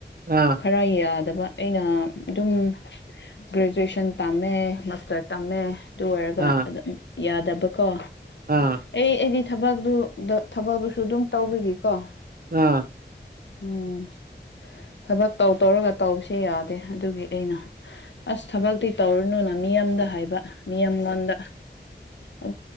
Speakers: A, on the right; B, on the left.
A: ꯑ
B: ꯈꯔ ꯌꯥꯗꯕ ꯑꯩꯅ ꯑꯗꯨꯝ ꯒ꯭ꯔꯦꯖꯨꯑꯁꯟ ꯇꯝꯃꯦ ꯃꯥꯁꯇꯔ ꯇꯝꯃꯦ ꯑꯗꯨ ꯑꯣꯏꯔꯒ
A: ꯑꯥ
B: ꯑꯗꯨꯝ ꯌꯥꯗꯕꯀꯣ
A: ꯑꯥ
B: ꯑꯩ ꯑꯩꯗꯤ ꯊꯕꯛꯇꯨꯗ ꯊꯕꯛꯇꯨꯁꯨ ꯑꯗꯨꯝ ꯇꯧꯕꯤꯒꯤꯀꯣ
A: ꯑ
B: ꯎꯝ ꯊꯕꯛ ꯇꯧ ꯇꯧꯔꯒ ꯇꯧꯕꯁꯦ ꯌꯥꯗꯦ ꯑꯗꯨꯒꯤ ꯑꯩꯅ ꯑꯁ ꯊꯕꯛꯇꯤ ꯇꯧꯔꯨꯅꯨꯅ ꯃꯤ ꯑꯃꯗ ꯍꯥꯏꯕ ꯃꯤ ꯑꯃꯉꯣꯟꯗ
A: <inaudible>
B: ꯑ